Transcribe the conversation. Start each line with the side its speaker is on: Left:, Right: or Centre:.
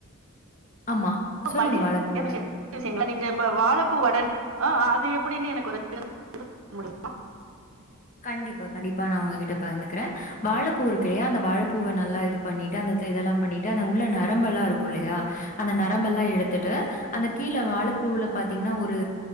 Left: ஆமா சொல்லுங்க
Right: பண்ணீருக்கே
Left: வாழப்பூ
Right: <unintelligible>
Left: வட
Right: நீங்க இப்ப வாழ பூ வடனு ஆ அது எப்படின்னு எனக்கு ஒரு முடியுமா
Left: கண்டிப்பா கண்டிப்பா நா உங்ககிட்ட பகிர்ந்துக்கிறே வாழப்பூ இருக்குல்லயா அந்த வாழப்பூவ நல்லா இது பண்ணிட்டு அந்த இதெல்லா பண்ணிட்டு அந்த உள்ள நரம்பெல்லா இருக்கு இல்லயா அந்த நரம்பெல்லா எடுத்துட்டு அந்த கீழ வாழப்பூவுல பாத்தீங்கன்னா ஒரு